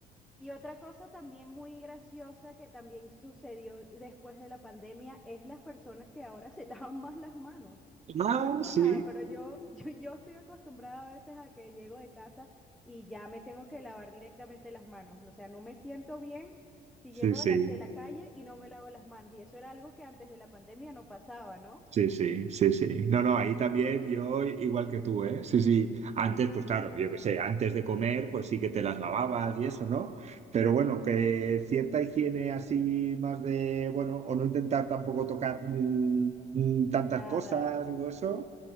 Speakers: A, in the centre; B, on the right.
A: Y otra cosa también muy graciosa que también sucedió después de la pandemia es las personas que ahora se <laughs> lavan más las manos.
B: Ah,
A: No es por
B: sí.
A: nada, pero yo, yo, yo estoy acostumbrada a veces a que llego de casa y ya me tengo que lavar directamente las manos. O sea, no me siento bien si
B: Sí,
A: llego
B: sí,
A: de la, de la calle y no me lavo las manos. Y eso era algo que antes de la pandemia no pasaba, ¿no?
B: sí, sí, sí, sí. No, no, ahí también yo igual que tú, ¿eh? Sí, sí. Antes, pues
A: <laughs>
B: claro, yo qué sé, antes de comer, pues sí que te las lavabas y eso, ¿no? Pero bueno, que cierta higiene así más de, bueno, o no intentar tampoco tocar mm, mm, tantas
A: Nada,
B: cosas, digo eso.